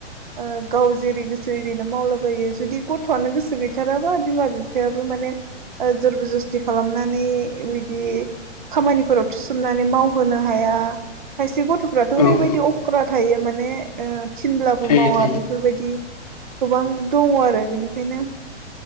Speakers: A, on the right; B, on the left.
A: ओ गाव जेरै गोसो एरैनो मावलाबायो जुदि गथआनो गोसो गैथाराबा बिमा बिफायाबो माने ओ जरब जस्ति खालामनानै बिदि खामानिफोराव थुसोमनानै मावहोनो हाया खाय से गथफ्राथ
B: औ
A: ओरैबायदि
B: औ
A: अक्रा। थायो माने ओ थिनब्लाबो
B: थायो
A: मावा
B: थायो
A: बेफोर बायदि गोबां दङ आरो बेनिखायनो